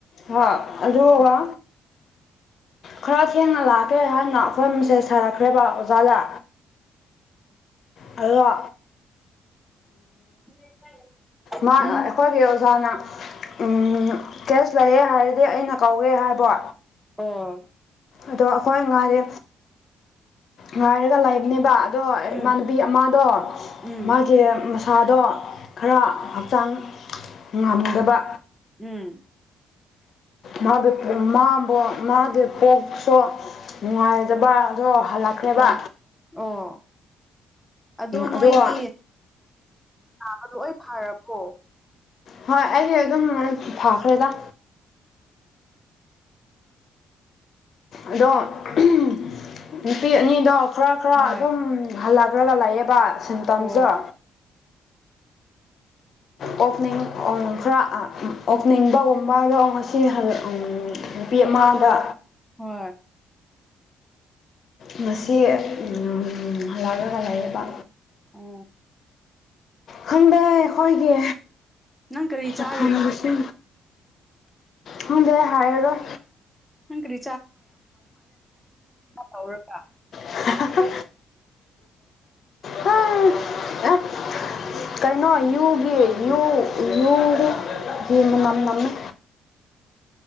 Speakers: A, on the left; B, in the centre.
A: ꯍꯣꯏ ꯑꯗꯨꯒ
B: ꯑꯣ
A: ꯈꯔ ꯊꯦꯡꯅ ꯂꯥꯛꯀꯦ ꯍꯥꯏꯅ ꯑꯈꯣꯏ ꯃꯦꯁꯦꯁ ꯊꯥꯔꯛꯈ꯭ꯔꯦꯕ ꯑꯣꯖꯥꯗ ꯍꯜꯂꯣ
B: <unintelligible>
A: ꯃꯥ
B: ꯎꯝ
A: ꯑꯩꯈꯣꯏꯒꯤ ꯑꯣꯖꯥꯅ ꯎꯝ ꯀꯦꯁ ꯂꯩꯌꯦ ꯍꯥꯏꯔꯗꯤ ꯑꯩꯅ ꯀꯧꯋꯦ ꯍꯥꯏꯕ
B: ꯑꯣ
A: ꯑꯗꯣ ꯑꯩꯈꯣꯏ ꯉꯥꯏꯗꯤ ꯉꯥꯏꯔꯒ ꯂꯩꯕꯅꯦꯕ ꯑꯗꯣ
B: ꯎꯝ
A: ꯏꯃꯥꯟꯅꯕꯤ ꯑꯃꯗꯣ
B: ꯎꯝ
A: ꯃꯥꯒꯤ ꯃꯁꯥꯗꯣ ꯈꯔ ꯍꯛꯆꯥꯡ ꯉꯝꯗꯕ
B: ꯎꯝ
A: ꯃꯥꯒꯤ ꯃꯥꯕꯨ ꯃꯥꯒꯤ ꯄꯣꯛꯁꯨ ꯅꯨꯡꯉꯥꯏꯗꯕ ꯑꯗꯣ ꯍꯜꯂꯛꯈ꯭ꯔꯦꯕ
B: ꯑꯣ ꯑꯣ ꯑꯗꯣ ꯅꯣꯏꯗꯤ
A: ꯑꯗꯨꯒ
B: ꯅꯥꯕ ꯂꯣꯏ ꯐꯔꯕꯣ
A: ꯍꯣꯏ ꯑꯩꯗꯤ ꯑꯗꯨꯝ ꯐꯈ꯭ꯔꯦꯗ ꯑꯗꯣ <unintelligible> ꯅꯨꯄꯤ ꯑꯅꯤꯗꯣ ꯈꯔ ꯈꯔ
B: ꯍꯣꯏ
A: ꯑꯗꯨꯝ ꯍꯜꯂꯛꯔꯒ ꯂꯩꯌꯦꯕ ꯁꯤꯝꯇꯝꯁꯗꯣ
B: ꯑꯣ
A: ꯑꯣꯛꯅꯤꯡ ꯑꯣꯡ ꯈꯔ ꯑꯣꯛꯅꯤꯡꯕꯒꯨꯝꯕꯗꯣ ꯉꯁꯤ ꯍꯜꯂ ꯎꯝ ꯅꯨꯄꯤ ꯑꯃꯗ
B: ꯍꯣꯏ
A: ꯉꯁꯤ ꯎꯝ ꯍꯜꯂꯛꯔꯒ ꯂꯩꯌꯦꯕ
B: ꯑꯣ
A: ꯈꯪꯗꯦ ꯑꯩꯈꯣꯏꯒꯤ
B: ꯅꯪ ꯀꯔꯤ ꯆꯥꯔꯤꯅꯣ
A: ꯑꯊꯝꯕꯁꯨ
B: ꯍꯧ
A: ꯈꯪꯗꯦ ꯍꯥꯏꯔꯔꯣꯢ
B: ꯅꯪ ꯀꯔꯤ ꯍꯧꯔꯒ
A: ꯍꯥ ꯍꯥ ꯍꯥ <unintelligible> ꯍꯥ ꯀꯩꯅꯣ ꯌꯨꯒꯤ ꯌꯨ ꯌꯨ‌ <unintelligible> ꯌꯨ ꯃꯅꯝ ꯅꯝꯃꯦ